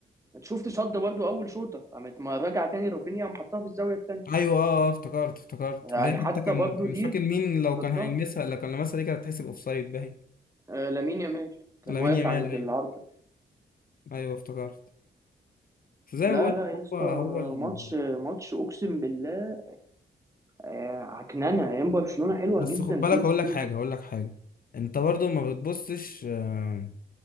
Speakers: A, on the right; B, on the left.
A: انت شفت صد برضو اول شوطة قامت ما راجع تاني رافينيا قام حطها في الزاوية التانية
B: ايوه اه اه افتكرت افتكرت
A: يعني
B: اللي هي حتى
A: حتى
B: كان
A: برضو
B: كان
A: دي
B: مش فاكر مين لو
A: صدها
B: كان هيلمسها لو كان لمسها دي كانت هتحسب اوفسايد باين
A: آه، لامين يامال كان
B: لامين
A: واقف
B: يامال
A: عند
B: ايوه
A: العارضة
B: ايوه افتكرت فزي
A: لا
B: ما بقول
A: لا
B: لك
A: يا اسطى
B: هو هو ال...
A: ماتش ماتش اقسم بالله آه، عكننه ايام برشلونة حلوة
B: بس
A: جدا
B: خد بالك
A: طول
B: هقول
A: السيزون
B: لك حاجه هقول لك حاجه انت برضو ما بتبصش آه،